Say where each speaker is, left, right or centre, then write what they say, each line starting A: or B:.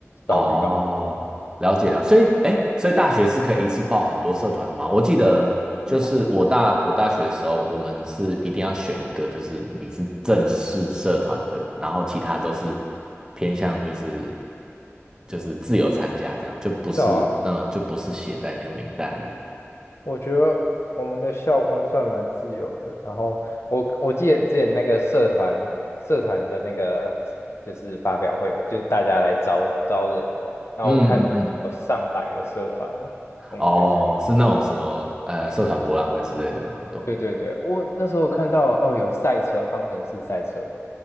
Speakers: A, on the right; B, on the left.
A: 哦，
B: 少去搞。
A: 了解了。所以，哎，所以大学是可以一次报很多社团的吗？我记得就是我大我大学的时候，
B: 对啊，
A: 我们是一定要选一个，就是你是正式社团的，然后其他都是偏向就是就是自由参加这样，就不是嗯，
B: 真的啊，
A: 就不是写在那个名单里的。
B: 我觉得我们的校风算蛮自由的。然后我我记得之前那个社团社团的那个就是发表会吧，就是大家来招招人，然后我看有上百个社团哦，
A: 嗯嗯嗯
B: 我们学校。
A: 哦，是那种什么呃社团博览会之类的活动。
B: 对对对，我那时候看到哦，有赛车，方程式赛车，